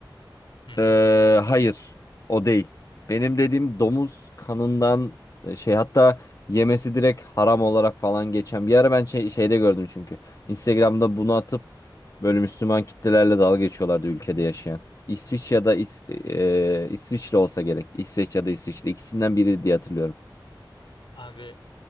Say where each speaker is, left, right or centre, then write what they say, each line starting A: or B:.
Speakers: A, on the left; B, on the left.
A: Hı hı.
B: eee, hayır. O değil. Benim dediğim domuz kanından e, şey hatta yemesi direkt haram olarak falan geçen. Bir ara ben şey- şeyde gördüm çünkü. Instagram'da bunu atıp böyle Müslüman kitlelerle dalga geçiyorlardı ülkede
A: Hı hı.
B: yaşayan. İsviç ya da İs, eee, İsviçre olsa gerek. İsveç ya da İsviçre ikisinden biri diye hatırlıyorum.
A: Abi